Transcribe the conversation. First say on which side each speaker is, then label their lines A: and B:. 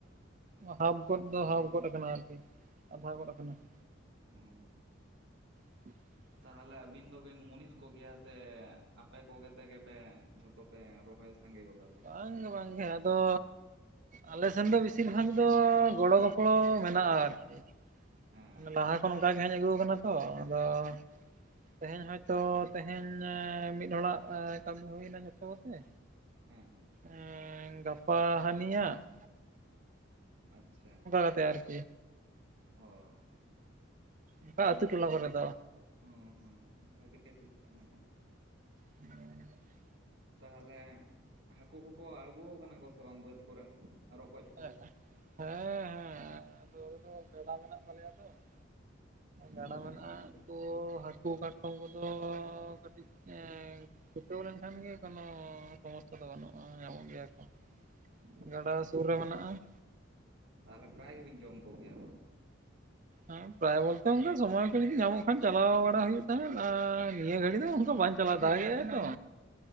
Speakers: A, on the right (about 40°); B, on the right (about 60°).
A: ᱦᱟᱯᱷ ᱜᱚᱫ ᱫᱚ ᱦᱟᱯᱷ ᱜᱚᱫ ᱟᱠᱟᱱᱟ ᱟᱨᱠᱤ ᱾ ᱟᱫᱷᱟ ᱜᱚᱫ ᱟᱠᱟᱱᱟ ᱾
B: ᱦᱩᱸ
A: <unintelligible>
B: ᱛᱟᱦᱚᱞᱮ ᱟᱵᱤᱱ ᱫᱚᱵᱤᱱ ᱢᱩᱱᱤᱥ ᱠᱚ ᱜᱮᱭᱟ ᱥᱮ ᱟᱯᱮ ᱠᱚᱜᱮ ᱛᱮᱜᱮ ᱯᱮ ᱡᱷᱚᱛᱚ ᱯᱮ ᱨᱚᱦᱚᱭ ᱥᱟᱸᱜᱮ ᱜᱚᱫᱟ? ᱯᱮ
A: ᱵᱟᱝ ᱜᱮ ᱵᱟᱝ ᱜᱮ ᱟᱫᱚᱼᱼ ᱟᱞᱮ ᱥᱮᱱ ᱫᱚ ᱵᱮᱥᱤᱨ ᱵᱷᱟᱜᱽ ᱫᱚ ᱜᱚᱲᱚ ᱜᱚᱯᱚᱲᱚ ᱢᱮᱱᱟᱜᱼᱟ ᱟᱨᱠᱤ ᱾
B: ᱦᱮᱸ
A: ᱞᱟᱦᱟ
B: ᱟᱪᱪᱷᱟ
A: ᱠᱷᱚᱱ ᱚᱱᱠᱟ ᱜᱮ ᱦᱮᱡ ᱟᱹᱜᱩ ᱟᱠᱟᱱᱟ ᱛᱚ, ᱟᱫᱚᱼᱺ ᱛᱮᱦᱮᱧ ᱦᱚᱭᱛᱚ ᱛᱮᱦᱮᱧ ᱢᱤᱫ ᱦᱚᱲᱟᱜ ᱠᱟᱹᱢᱤ ᱦᱩᱭᱱᱟ ᱡᱚᱛᱚ ᱠᱚᱛᱮᱼᱼ
B: ᱦᱮᱸ
A: ᱮᱸ ᱜᱟᱯᱟ ᱦᱟᱱᱤᱭᱟᱜ ᱾
B: ᱟᱪᱪᱷᱟ,
A: ᱠᱟᱛᱮ ᱟᱨᱠᱤ
B: ᱚ ᱾
A: ᱚᱱᱠᱟ
B: ᱟᱹᱵᱤᱱ
A: ᱟᱹᱛᱩ
B: ᱴᱷᱮᱜ
A: ᱴᱚᱞᱟ
B: ᱜᱮ
A: ᱠᱚᱨᱮ
B: ᱦᱟᱜ,
A: ᱫᱚ
B: ᱦᱚᱸ ᱦᱚᱸ ᱵᱷᱟᱜᱮ ᱥᱤᱥᱴᱮᱢ ᱢᱮᱱᱟᱜᱼᱟ ᱾
A: ᱦᱮᱸ <unintelligible>
B: ᱛᱟᱦᱚᱞᱮ ᱦᱟᱹᱠᱩ ᱠᱚᱠᱚ ᱟᱲᱜᱚ ᱟᱠᱟᱱᱟ ᱠᱚ ᱥᱮ ᱵᱟᱝ ᱵᱟᱹᱫᱽ ᱠᱚᱨᱮᱫ, ᱨᱚᱠᱚᱡᱼᱼ
A: <unintelligible> ᱦᱮᱸ ᱦᱮᱸ ᱟᱫᱚ ᱟᱞᱮ ᱫᱚ ᱜᱟᱰᱟ ᱢᱮᱱᱟᱜ ᱛᱟᱞᱮᱭᱟ ᱛᱚ ᱾
B: ᱚ
A: ᱜᱟᱰᱟ ᱢᱮᱱᱟᱜᱼᱟ, ᱩᱱᱠᱩ ᱦᱟᱹᱠᱩ ᱠᱟᱴᱠᱚᱢ ᱠᱚ ᱫᱚ ᱠᱟᱹᱴᱤᱡᱼᱼ ᱦᱮᱸ, ᱪᱷᱩᱴᱟᱹᱣ ᱞᱮᱱ ᱠᱷᱟᱱ ᱜᱮ ᱠᱳᱱᱳ ᱥᱚᱢᱚᱥᱥᱟ ᱫᱚ ᱵᱟᱹᱱᱩᱜᱼᱟ ᱧᱟᱢᱚᱜ ᱜᱮᱭᱟ ᱠᱚ ᱾
B: <unintelligible>
A: ᱜᱟᱰᱟ ᱥᱩᱨ ᱨᱮ ᱢᱮᱱᱟᱜᱼᱟ ᱾
B: ᱛᱟᱦᱚᱞᱮ ᱯᱨᱟᱭ ᱜᱮᱵᱤᱱ ᱡᱚᱢ ᱠᱚᱜᱮᱭᱟ?
A: ᱦᱮᱸ ᱯᱨᱟᱭ ᱵᱚᱞᱛᱮ ᱚᱱᱠᱟ ᱥᱚᱢᱚᱭ ᱠᱚ ᱡᱩᱫᱤ ᱧᱟᱢᱚᱜ ᱠᱷᱟᱱ ᱪᱟᱞᱟᱣ ᱵᱟᱲᱟ ᱦᱩᱭᱩᱜ ᱛᱟᱦᱮᱸᱫ ᱟᱨ, ᱱᱤᱭᱟᱹ ᱜᱷᱟᱹᱲᱤ ᱫᱚ ᱚᱱᱠᱟ ᱵᱟᱝ ᱾ ᱪᱟᱞᱟᱣ ᱫᱟᱲᱮᱭᱟᱜ ᱜᱮᱭᱟᱭ ᱛᱚ?